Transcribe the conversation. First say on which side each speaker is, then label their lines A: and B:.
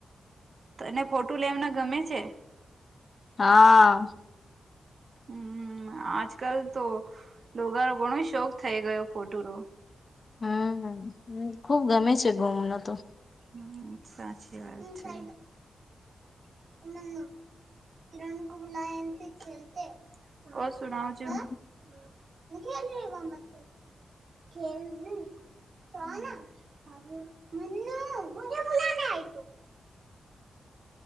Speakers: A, on the right (about 50°); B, on the left (about 40°).
A: તને ફોટું લેવાના ગમે છે?
B: હા
A: હમ આજકાલ તો લોગાનો ઘણો શોખ થઈ ગયો ફોટો રો.
B: <unintelligible>
A: હમ સાચી વાત છે. <unintelligible> <inaudible>
B: કઈ
A: <inaudible> <inaudible>